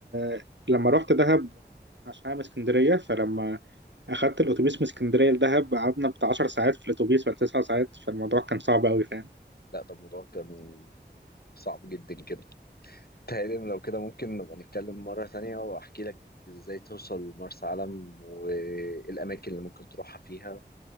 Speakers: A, on the right; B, on the left.
A: آه، لما رحت دهب عشان انا من اسكندريه فلما اخدت الاتوبيس من اسكندريه لدهب قعدنا بتاع 10 ساعات في الاتوبيس ولا 9 ساعات فالموضوع كان صعب قوي فاهم
B: لا ده الموضوع كان صعب جدا كده تهيألي لو كده ممكن نبقى نتكلم مرة تانية وأحكي لك إزاي توصل مرسى علم والأماكن اللي ممكن تروحها فيها